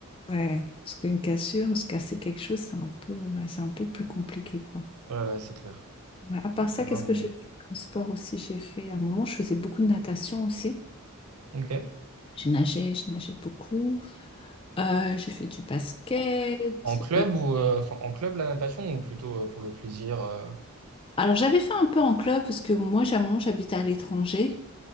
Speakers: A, on the left; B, on the right.
A: ouais. parce qu'une cassure, se casser quelque chose, c'est un peu, ouais, c'est un peu plus compliqué, quoi.
B: ouais, ouais, c'est clair.
A: Ouais, à part ça,
B: Non,
A: qu'est-ce
B: bon.
A: que j'ai fait comme sport aussi? J'ai fait, à un moment, je faisais beaucoup de natation aussi.
B: Ok.
A: J'ai nagé, je nageais beaucoup. Euh, j'ai fait du basket.
B: En, en club ou euh, enfin en club la natation ou plutôt euh, pour le plaisir, euh,
A: Alors j'avais fait un peu en club parce que moi, j'ai un moment, j'habite à l'étranger.